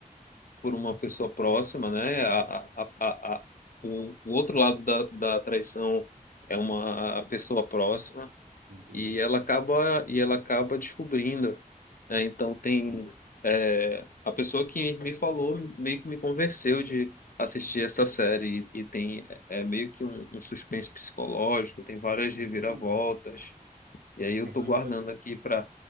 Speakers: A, on the left (about 70°); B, on the right (about 75°).
A: por uma pessoa próxima, né? A, a, a, a, o, o outro lado da, da traição é uma pessoa próxima.
B: entendi.
A: e ela acaba e ela acaba descobrindo né? então tem é, a pessoa que me falou meio que me convenceu de assistir essa série e, e tem é é meio que um, um suspense psicológico tem várias
B: Hum.
A: reviravoltas e aí eu
B: Ah,
A: tô
B: então
A: guardando
B: a gente pode.
A: aqui para